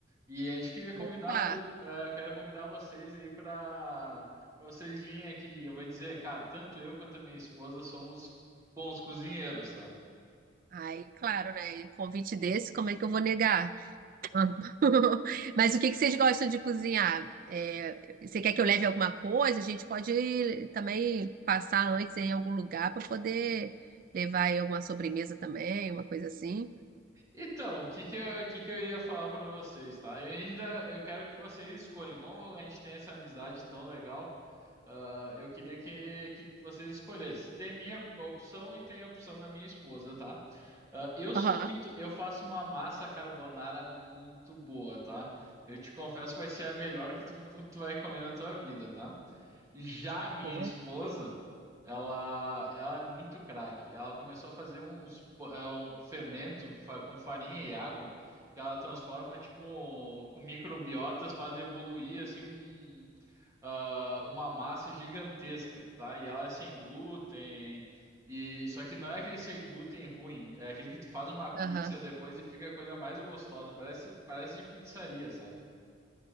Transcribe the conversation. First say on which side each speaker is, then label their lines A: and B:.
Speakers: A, on the right; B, on the right.
A: E a gente queria convidar
B: Opa!
A: tu, é, eu quero convidar vocês aí pra para vocês virem aqui. Eu vou dizer, cara, tanto eu quanto a minha esposa somos bons cozinheiros, tá?
B: Aí, claro, né? E Convite desse, como é que eu vou negar? <laughs> Mas o que que vocês gostam de cozinhar? É, você quer que eu leve alguma coisa? A gente pode também passar antes em algum lugar para poder levar aí alguma sobremesa também, uma coisa assim.
A: Então, o que que eu, o que que eu ia falar pra vocês, tá? Eu ainda eu quero que vocês escolham. Como a gente tem essa amizade tão legal, ah, eu queria que, que vocês escolhessem. Tem a minha opção e tem a opção da minha esposa, tá? Ah, eu sou
B: Aham,
A: muito, eu faço uma massa carbonara muito boa, tá? Eu te confesso que vai ser a melhor que tu, <laughs> tu vai comer na tua vida, tá? Já a minha
B: pô,
A: esposa, ela, ela é muito craque. Ela começou a fazer uns, po- é, um fermento fa- com farinha e água que ela transforma, tipo, com microbiotas, faz evoluir, assim, um, ah, uma massa gigantesca, tá? E ela é sem glúten, e só que não é aquele sem glúten ruim, é aquele que tu faz uma pizza
B: aham.
A: depois e fica a coisa mais gostosa, parece, parece de pizzaria, sabe?